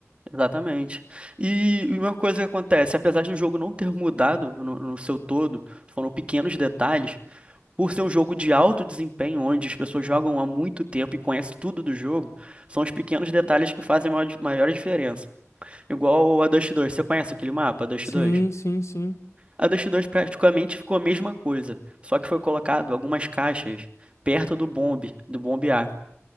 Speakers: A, on the right; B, on the left.
A: exatamente. E e uma coisa que acontece, apesar de o jogo não ter mudado no, no seu todo, foram pequenos detalhes, Por ser um jogo de alto desempenho, onde as pessoas jogam há muito tempo e conhecem tudo do jogo, são os pequenos detalhes que fazem a maior, maior diferença. Igual a Dust 2, você conhece aquele mapa, a Dust
B: Sim,
A: 2?
B: sim, sim.
A: A Dust 2 praticamente ficou a mesma coisa, só que foi colocado algumas caixas perto do bombe, do bombe A.